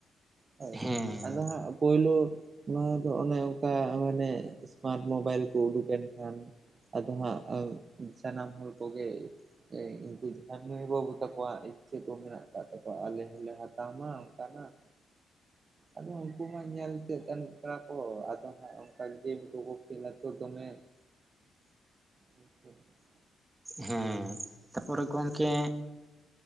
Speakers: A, on the right; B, on the right.
A: ᱦᱚᱭ
B: ᱦᱮᱸ
A: ᱟᱫᱚ ᱦᱟᱸᱜ ᱯᱳᱭᱞᱩ ᱱᱚᱣᱟᱫᱚ ᱚᱱᱮ ᱚᱱᱠᱟ ᱢᱟᱱᱮ ᱮᱥᱢᱟᱴ ᱢᱳᱵᱟᱭᱤᱞ ᱠᱚ ᱩᱰᱩᱠ ᱮᱱ ᱠᱷᱟᱱ ᱟᱫᱚ ᱦᱟᱸᱜ ᱥᱟᱱᱟᱢ ᱦᱚᱲ ᱠᱚᱜᱮ ᱩᱱᱠᱩ ᱡᱟᱦᱟᱸᱭ ᱢᱟᱹᱭ ᱵᱟᱹᱵᱩ ᱛᱟᱠᱚᱣᱟᱜ ᱤᱪᱪᱷᱟᱹ ᱠᱚ ᱢᱮᱱᱟᱜ ᱟᱠᱟᱫ ᱛᱟᱠᱚᱣᱟ ᱟᱞᱮ ᱦᱚᱸᱞᱮ ᱦᱟᱛᱟᱣ ᱢᱟ ᱚᱱᱠᱟᱱᱟᱜ ᱟᱫᱚ ᱩᱱᱠᱩ ᱢᱟ ᱧᱮᱞᱛᱮ ᱮᱢ ᱠᱟᱱᱟ <unintelligible> ᱠᱚ ᱟᱫᱚ ᱦᱟᱸᱜ ᱚᱱᱠᱟ ᱜᱮᱢ ᱠᱚᱠᱚ ᱠᱷᱮᱞᱟ ᱛᱚ ᱫᱚᱢᱮ <inaudible>
B: ᱦᱮᱸ ᱛᱟᱯᱚᱨᱮ ᱜᱚᱝᱠᱮ